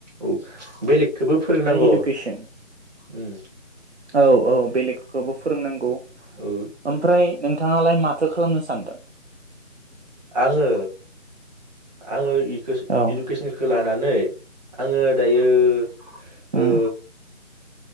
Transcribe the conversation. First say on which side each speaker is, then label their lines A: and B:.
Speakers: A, on the right; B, on the right.
A: औ बेलेगखौबो फोरोंनांगौ
B: इडुकेसन
A: उम
B: औ औ बेलेगखौबो फोरोंनांगौ
A: औ
B: ओमफ्राय नोंथाङालाय माथो खालामनो सानदो
A: आङो आङो इखोसो
B: औ
A: इडुकेसनखो खो लानानै आङो दायो ओ
B: उम